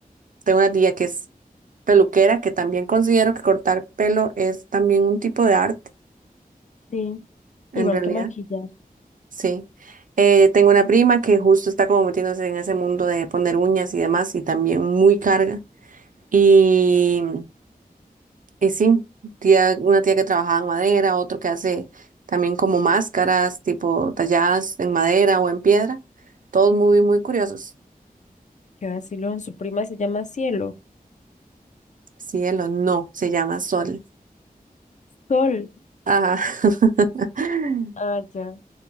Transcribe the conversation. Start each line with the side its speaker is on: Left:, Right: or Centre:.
Right: tengo una tía que es peluquera, que también considero que cortar pelo es también un tipo de arte,
Left: Sí,
Right: en
Left: igual
Right: realidad,
Left: que maquillar.
Right: sí. Eh, tengo una prima que justo está como metiéndose en ese mundo de poner uñas y demás, y también muy carga. Y Y sí, tía, una tía que trabajaba en madera, otro que hace también como máscaras, tipo talladas en madera o en piedra. Todos muy, muy curiosos.
Left: ¿Qué va a decirlo? Su prima se llama Cielo.
Right: Cielo, no, se llama sol.
Left: Sol.
Right: Ajá. <laughs>
Left: Ah, ya.